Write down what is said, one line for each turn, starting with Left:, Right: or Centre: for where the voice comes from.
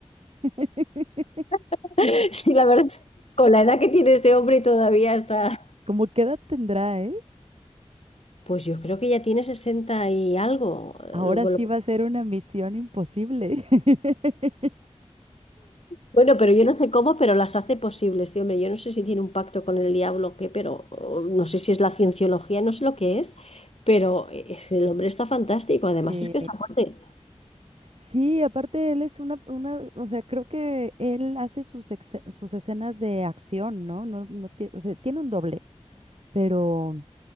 Right: <laughs>
Left: <laughs> Sí, la verdad, con la edad que tiene este hombre todavía está,
Right: Como qué edad tendrá, eh?
Left: pues yo creo que ya tiene 60 y algo. eh,
Right: Ahora
Left: lo-
Right: sí
Left: lo-
Right: va a ser una misión imposible. <laughs>
Left: Bueno, pero yo no sé cómo, pero las hace posibles, este hombre. Yo no sé si tiene un pacto con el diablo o qué, pero o no sé si es la cienciología, no sé lo que es, pero eh, es- el hombre está fantástico, además
Right: Eh,
Left: es que está fuerte.
Right: sí, aparte él es una, una, o sea, creo que él hace sus, exe- sus escenas de acción, ¿no? No, no tiene, o sea, tiene un doble, pero